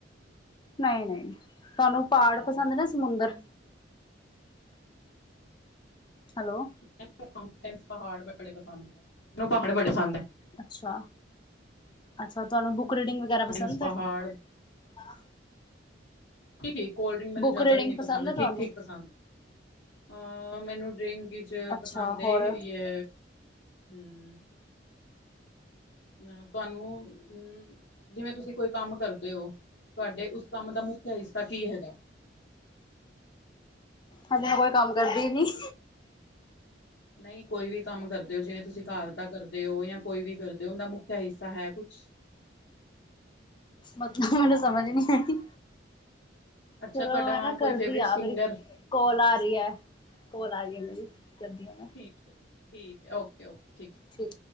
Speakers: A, on the left (about 25°); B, on the left (about 70°).
A: ਨਹੀਂ, ਨਹੀਂ ਤੁਹਾਨੂੰ
B: ਅੱਛਾ।
A: ਪਹਾੜ ਪਸੰਦ ਨਾ ਸਮੁੰਦਰ ਹੈਲੋ।
B: ਮੈਨੂੰ ਤੇ ਪਹਾੜ ਬੜੇ ਪਸੰਦ ਮੈਨੂੰ ਪਹਾੜ ਬੜੇ ਪਸੰਦ ਹੈ।
A: ਅੱਛਾ। ਅੱਛਾ ਤੁਹਾਨੂੰ ਬੁੱਕ ਰੀਡਿੰਗ ਵਗੈਰਾ
B: ਮਾਊਂਟੇਨਸ
A: ਪਸੰਦ
B: ਪਹਾੜ
A: ਹੈ? ਹਾਂ
B: ਠੀਕ ਕੋਲਡ ਡਰਿਕ ਮੈਨੁੰ
A: ਬੁੱਕ
B: ਜਿਆਦਾ
A: ਰੀਡਿੰਗ
B: ਵੀ ਨੀ ਪਸੰਦ
A: ਹੈ ਤੁਹਾਨੂੰ।
B: ਠੀਕ, ਠੀਕ ਪਸੰਦ ਅਹ ਮੈਨੂੰ ਡਰਿੰਕ ਚ
A: ਅੱਛਾ
B: ਪਸੰਦ ਏ
A: ਹੋਰ
B: ਯੇ ਹਮ ਅ ਤੁਹਾਨੂੰ ਹਮ ਜਿਵੇਂ ਤੁਸੀਂ ਕੋਈ ਕੰਮ ਕਰਦੇ ਹੋ ਤੁਹਾਡੇ ਉਸ ਕੰਮ ਦਾ ਮੁ ਤੇ ਇਸਦਾ ਕੀ ਹੈਗਾ।
A: ਹਾਂਜੀ ਮੈ ਕੋਈ ਕੰਮ ਕਰਦੀ ਨੀ-
B: ਨਹੀ ਕੋਈ ਵੀ ਕੰਮ ਕਰਦਾ- ਤੇ ਜੇ ਤੁਸੀਂ ਤੁਸੀ ਘਰ ਦਾ ਕਰਦੇ ਹੋ ਜਾਂ ਕੋਈ ਵੀ ਕਰਦੇ ਹੋ ਉਹਦਾ ਮੁੱਖਿਆ ਹਿੱਸਾ ਹੈ ਕੁਛ?
A: ਮਤਲਬ ਮੈਨੂੰ ਸਮਝ ਨੀ ਆਈ।
B: ਅੱਛਾ
A: ਚਲੋ
B: ਤੁਹਾਡਾ
A: ਮੈ ਨਾ ਕਰਦੀ
B: ਕੋਈ ਫੇਵਰੇਟ ਸਿੰਗਰ
A: ਆ ਮੇਰੀ ਕੋਲ ਆ ਰਹੀ ਹੈ ਕੋਲ ਆ ਰਹੀ ਹੈ ਮੇਰੀ ਕਰਦੀ ਆ ਮੈ-
B: ਠੀਕ ਹੈ ਓਕੇ- ਓਕੇ ਠੀਕ-
A: ਠੀਕ